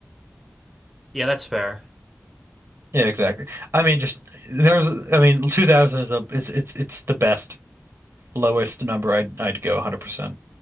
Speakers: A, in the centre; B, on the right.
A: Yeah, that's fair.
B: Yeah, exactly. I mean, just there was. I mean, 2000 is a it's it's it's the best lowest number I'd I'd go 100%.